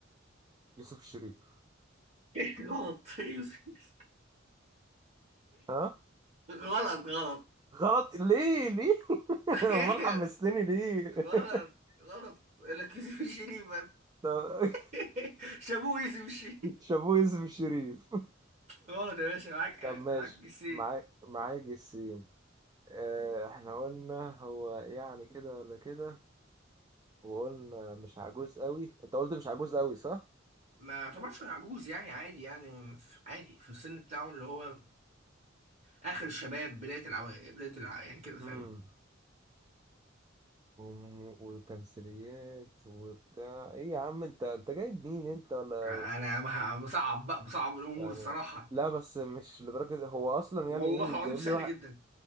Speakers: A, on the right; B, on the right.
A: يوسف الشريف
B: <laughs> غلط <laughs>
A: ها
B: غلط غلط
A: غلط ليه ليه <laughs>
B: <laughs>
A: امال حمستني ليه <laughs>
B: غلط غلط لك يوسف الشريف
A: طب <laughs>
B: <laughs> شابوه يوسف الشريف
A: شابوه يوسف الشريف
B: غلط يا باشا معاك
A: طب ماشي
B: معاك جسيد
A: معاك معاك السين اه احنا قلنا هو يعني كده ولا كده وقلنا مش عجوز قوي انت قلت مش عجوز قوي صح
B: ما يعتبرش عجوز يعني عادي يعني في- عادي في السن بتاعه اللي هو اخر الشباب بدايه العو... بدايه الع... يعني كده فاهم
A: امم وم- وتمثيليات وبتاع ايه يا عم انت انت جايب مين انت ولا
B: انا بح- بصعب بقى بصعب الامور
A: يعني
B: الصراحه
A: لا بس مش لدرجة هو اصلا
B: والله
A: يعني ايه
B: العظيم
A: جايب
B: سهل
A: لي واحد
B: جدا